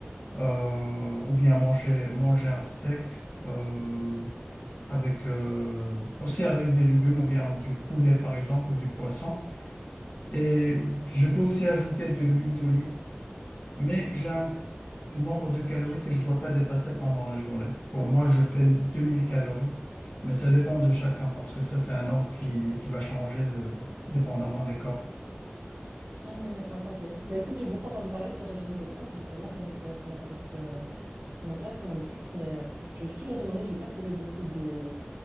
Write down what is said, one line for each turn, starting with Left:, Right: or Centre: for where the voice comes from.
Left: euh, ou bien manger, manger un steak, euh, avec, euh, aussi avec des légumes, ou bien du poulet, par exemple, ou du poisson. Et je peux aussi ajouter de l'huile d'olive mais j'ai un nombre de calories que je ne dois pas dépasser pendant la journée. Pour moi, je fais 2000 calories, mais ça dépend de chacun parce que ça, c'est un nombre qui, qui va changer de, dépendamment des corps.
Right: ah oui, d'accord, ok. Bah, écoute, j'ai beaucoup entendu parler de ce régime keto, justement, donc euh, ça m'intéresse euh, ça m'intéresse qu'on en discute, mais euh, je me suis toujours demandé, j'ai pas trouvé beaucoup de.